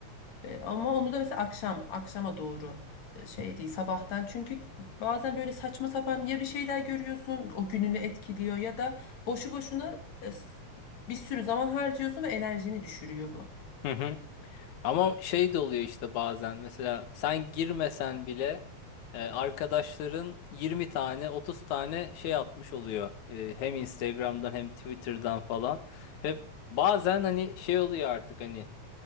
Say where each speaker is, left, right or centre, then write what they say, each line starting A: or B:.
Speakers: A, on the left; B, on the left.
A: E, ama onu da mesela akşam, akşama doğru e, şey değil sabahtan. Çünkü bazen böyle saçma sapan ya bir şeyler görüyorsun o gününü etkiliyor ya da boşu boşuna e, s- bir sürü zaman harcıyorsun ve enerjini düşürüyor bu.
B: Hı hı. Ama şey de oluyor işte bazen mesela sen girmesen bile e, arkadaşların 20 tane 30 tane şey atmış oluyor. E, hem Instagram'dan hem Twitter'dan falan. Ve bazen hani şey oluyor artık hani